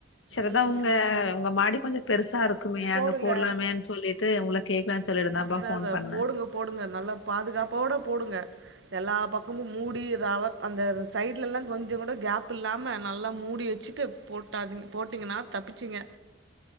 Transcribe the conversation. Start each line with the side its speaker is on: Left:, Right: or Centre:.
Left: செரி அதா
Right: ம்
Left: அவ்ங்க உங்க மாடி கொஞ்ச பெருசா இருக்குமே
Right: போடுங்க
Left: அங்க போடலாமேன்னு சொல்லிட்டு உங்கள கேக்கலான்னு சொல்லிருந்த அப்பாம்
Right: அதா
Left: போன்
Right: அதா
Left: பண்ண
Right: போடுங்க போடுங்க நல்லா பாதுகாப்போட போடுங்க எல்லா பக்கமும் மூடி ஏதாவது அந்த சைடுலலா கொஞ்ச கூட கேப் இல்லாம நல்லா மூடி வச்சிட்டு போட்டாதீங் போட்டிங்னா தப்பிச்சிங்க